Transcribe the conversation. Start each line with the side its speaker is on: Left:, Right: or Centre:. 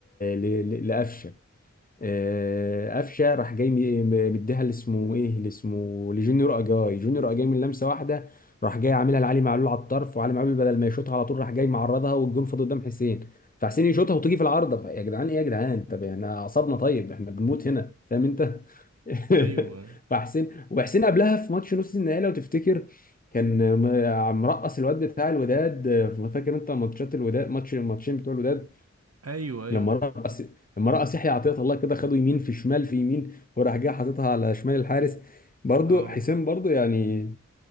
Left: ل... ل- لقفشة آه، قفشه راح جاي م- م- مديها اللي اسمه ايه اللي اسمه لجونيور اجاي جونيور اجاي من لمسه واحده راح جاي عاملها لعلي معلول على الطرف وعلي معلول بدل ما يشوطها على طول راح جاي معرضها والجون فاضي قدام حسين فحسين يشوطها وتيجي في العارضه يا جدعان ايه يا جدعان طب يعني احنا اعصابنا طيب احنا بنموت هنا فاهم انت <laughs>
Right: ايوه
Left: فحسين وحسين قبلها في ماتش نص النهائي لو تفتكر كان م- مرقص الواد بتاع الوداد آه، فاكر انت ماتشات الوداد ماتش الماتشين بتوع الوداد
Right: ايوه ايوه
Left: لما رقص لما رقص يحيى عطية الله كده خده يمين في شمال في يمين وراح جاي حاططها على شمال الحارس برضو
Right: اه
Left: حسين برضو يعني